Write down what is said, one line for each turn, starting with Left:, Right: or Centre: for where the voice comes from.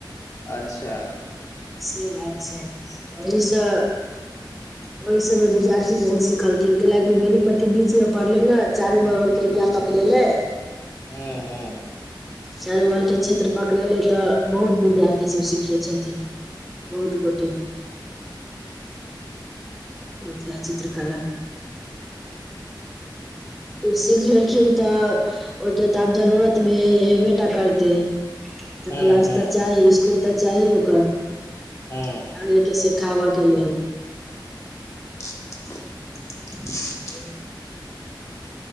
Left: अच्छा।
Centre: से बात छै ओहीस ओहि सभ मे विद्यार्थी बहुत सिखलखिन कऽ लाकी बेनीपट्टी बीच मे पढ़ले ने चारू बगल के एरिया पकड़ेले।
Left: हू
Centre: चार बल के क्षेत्र पकड़ेले तऽ बहुत विद्यार्थी सभ सिखले छथिन। बहुत गोटे। मिथिला चित्रकला। सीख लेलखिन त ओहिके तऽ आब जरूत भऽ हेबेटा करतै तऽ
Left: हूँ
Centre: क्लास
Left: हूँ
Centre: तऽ चाही स्कुल त चाही ओकर
Left: हू
Centre: जे के से खाबऽ के लेल।
Left: <unintelligible>
Centre: <unintelligible>